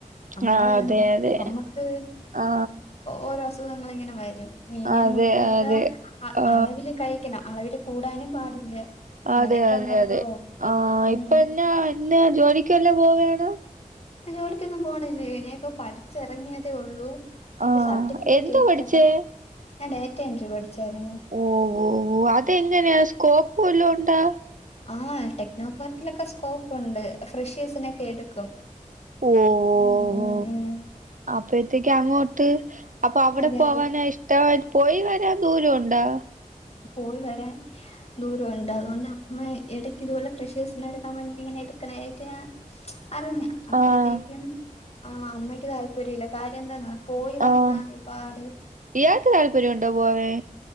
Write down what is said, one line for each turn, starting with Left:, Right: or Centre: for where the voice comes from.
Left: നമ്മള്
Right: ആ അതെ അതെ
Left: നമ്മക്ക്
Right: ആ
Left: ഓരൊ അസ് നമ്മളിങ്ങനെ വരും മീനു
Right: അതെ
Left: മുട്ടയൊക്ക
Right: അതെ
Left: അ
Right: ആ
Left: അളവില് കഴിക്കണം അളവില് കൂടാനും പാടില്ല അങ്ങനെയൊക്കെ
Right: അതെ അതെ
Left: ഉണ്ടല്ലോ
Right: അതെ ആഹ്
Left: ഉം
Right: ഇപ്പെന്ന എന്നാ ജോലിക്കുവെല്ലോ പോവാണ
Left: ജോലിക്കൊന്നും പോണില്ലേ ഞാനിപ്പ പഠിച്ചെറങ്ങിയതെ ഒള്ളൂ എനിക്ക്
Right: ആ
Left: സർട്ടിഫിക്കറ്റ്
Right: എന്താ
Left: കിട്ടീല്ല
Right: പഠിച്ചേ
Left: സ ഞാൻ ഡേറ്റ എൻട്രി പഠിച്ചാരുന്നു
Right: ഓഹ് ഓഹ് ഓഹ് അതെങ്ങെനെയാ സ്കോപ്പ് വല്ലോം ഒണ്ടാ
Left: ആഹ് ടെക്നൊ പാർക്കിലൊക്കെ സ്കോപ്പൊണ്ട് ഫ്രഷ്യേഴ്സിനെക്കെ എടുക്കും
Right: ഓഹ് ഓഹ്
Left: ഉം
Right: ഹോ
Left: ഉം ഉം
Right: അപ്പഴത്തേക്ക് അങ്ങോട്ട് അപ്പൊ അവിടെ
Left: അതെ
Right: പോവാന
Left: അതെ
Right: ഇഷ്ടം പോയി വരാൻ ദൂരൊണ്ടാ
Left: പോയി വരാൻ ദൂരവൊണ്ട് അതോണ്ട മ എടക്ക് ഇതുപോലെ ഫ്രഷേസിനെ കമ്പനീലിങ്ങനെ എടുക്കണായിട്ട് ഞാൻ അറിഞ്ഞ അപ്പഴത്തേക്കും
Right: ആഹ്
Left: ആഹ് അമ്മയ്ക്ക് താല്പര്യില്ല കാര്യം എന്താന്നാ പോയി വരണപാട്
Right: ആഹ് ഇയാക്ക് താല്പര്യൊണ്ടോ പോവെൻ